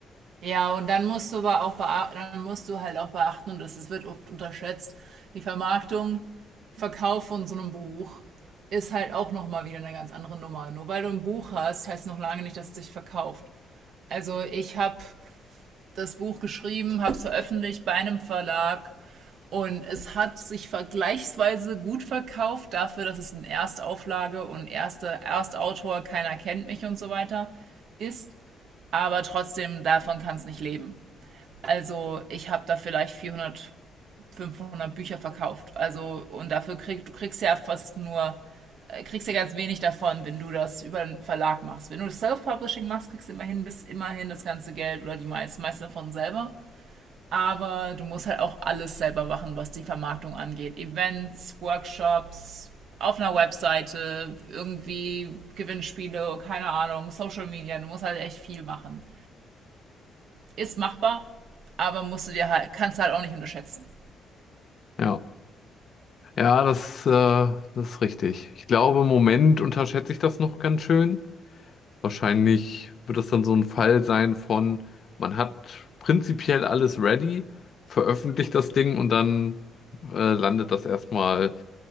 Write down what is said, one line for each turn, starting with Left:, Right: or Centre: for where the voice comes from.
Right: Ja, und dann musst du aber auch bea- dann musst du halt auch beachten, und das ist, wird oft unterschätzt, die Vermarktung, Verkauf von so einem Buch ist halt auch nochmal wieder eine ganz andere Nummer. Nur weil du ein Buch hast, heißt noch lange nicht, dass es sich verkauft. Also ich habe das Buch geschrieben, habe es veröffentlicht bei einem Verlag und es hat sich vergleichsweise gut verkauft dafür, dass es eine Erstauflage und erste Erstautor, keiner kennt mich und so weiter ist. Aber trotzdem, davon kann es nicht leben. Also ich habe da vielleicht 400, 500 Bücher verkauft. Also und dafür kriegst du kriegst ja fast nur äh, kriegst ja ganz wenig davon, wenn du das über einen Verlag machst. Wenn du das Self-Publishing machst, kriegst du immerhin bis immerhin das ganze Geld oder die meisten, meiste davon selber. Aber du musst halt auch alles selber machen, was die Vermarktung angeht. Events, Workshops, auf einer Webseite, irgendwie Gewinnspiele, keine Ahnung, Social Media. Du musst halt echt viel machen ist machbar, aber musst du dir halt, kannst du halt auch nicht unterschätzen.
Left: Ja, ja, das, äh, das ist richtig. Ich glaube, im Moment unterschätze ich das noch ganz schön. Wahrscheinlich wird das dann so ein Fall sein von, man hat prinzipiell alles ready, veröffentlicht das Ding und dann äh, landet das erstmal